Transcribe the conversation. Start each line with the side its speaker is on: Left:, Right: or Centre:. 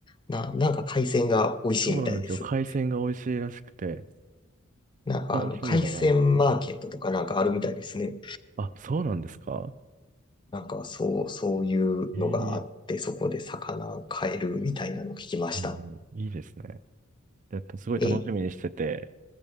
Left: な。な、なんか海鮮が美味しいみたいです。
Right: そうなんですよ。海鮮が美味しいらしくて、
Left: なんかあの、
Right: 楽しみだな。
Left: 海鮮マーケットとかなんかあるみたいですね。
Right: あ、そうなんですか
Left: なんかそう、そういうのがあって、
Right: ええ
Left: そこで魚買えるみたいなのを聞きました。
Right: うんうん、いいですね。だってすごい楽しみにしてて。
Left: え、